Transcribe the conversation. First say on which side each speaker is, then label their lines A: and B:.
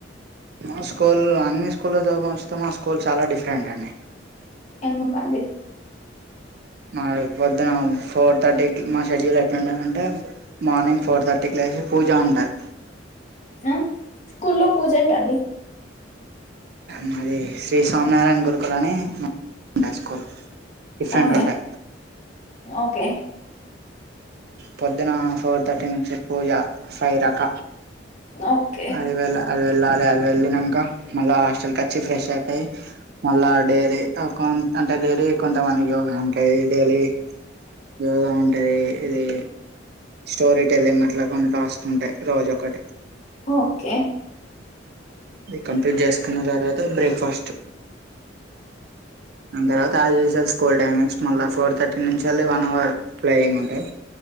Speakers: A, on the right; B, on the left.
A: మా స్కూల్లో అన్ని స్కూల్లో చదివించితే మా స్కూల్ చాలా డిఫరెంట్ అండీ
B: ఎందుకండీ
A: మా పొద్దున ఫోర్ థర్టీకి మా షెడ్యూల్ ఎట్లుంటది అంటే మార్నింగ్ ఫోర్ థర్టీకి లేసి పూజ ఉంటది
B: అ స్కూల్లో పూజేంటండీ
A: మాది శ్రీ స్వామినారాయణ గురుకుల్ అని హై స్కూల్ డిఫరెంట్
B: ఓకే
A: ఉండే
B: ఓకే
A: పొద్దునా ఫోర్ థర్టీ నుంచి పూజ ఫైదాక
B: ఓకే
A: అది వెళ్ళ అది వెళ్ళాలి అది వెళ్ళినంకా మళ్ళా హాస్టల్ కచ్చి ఫ్రెష్ ఐపై మళ్ళా డేలీ కొన్ అంటే వెరీ కొంతమంది యోగా ఉంటది డేలీ యోగా ఉంటది ఇదీ స్టోరీ టెల్లింగ్ అట్లా కొన్ని టాస్క్లు ఉంటాయ్ రోజు ఒకటి
B: ఓకే
A: అది కంప్లీట్ చేసుకున్న తర్వాత బ్రేక్ఫాస్ట్ దాన్ తర్వాత ఆది చేసే స్కూల్ టైమింగ్స్ మళ్ళా ఫోర్ థర్టీ నుంచిళ్ వన్ అవర్ ప్లేయింగ్ ఉంటాయి